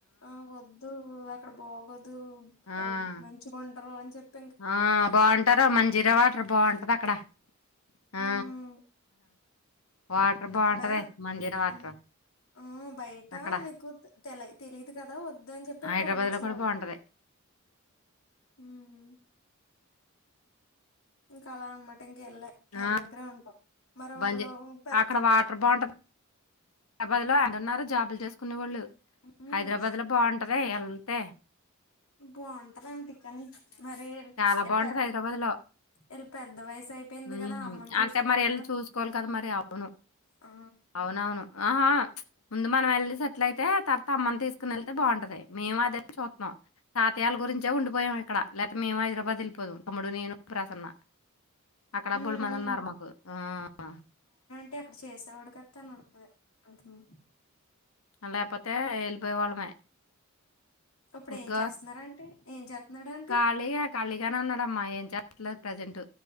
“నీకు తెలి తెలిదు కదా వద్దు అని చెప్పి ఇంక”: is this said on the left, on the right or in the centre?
Left